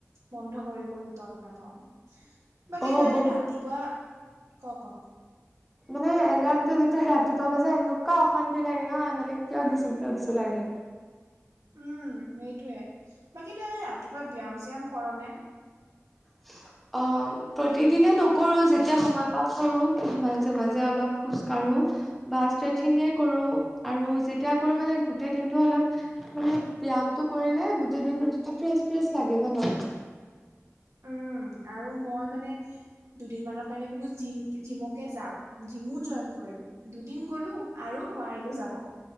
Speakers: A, on the right; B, in the centre.
A: বন্ধ কৰি কৰি তত্ নাপাওঁ। বাকী
B: অ'
A: তই এনে
B: বহুত
A: ৰাতিপুৱা ক' ক'?
B: মানে এলাৰ্মটো যেতিয়া হে ৰাতিপুৱা বাজে এনেকুৱা অশান্তি লাগে নহয়, মানে কিয় দিছো কিয় দিছো লাগে।
A: উম, সেইটোৱে। বাকী তই এনে ৰাতিপুৱা ব্যায়াম- শ্যায়াম কৰ নে?
B: চুউউ অঁ প্ৰতিদিনে নকৰোঁ। যেতিয়া সময় পাওঁ কৰোঁ, মাজে মাজে অলপ খোজকাঢ়োঁ। বা স্তেচিঙে কৰোঁ আৰু যেতিয়া কৰোঁ মানে গোটেই দিনটো অলপ মানে ব্যায়ামটো কৰিলে গোটেই দিনটো তেতিয়া ফ্ৰেচ ফ্ৰেচ লাগে জানা।
A: উম আৰু মই মানে দুদিনমানৰ কাৰণে বোলো জিম্ জিমকে যাওঁ। জিমো জইন কৰিলোঁ দুদিন গ'লো আৰু নোৱাৰিলোঁ যাব।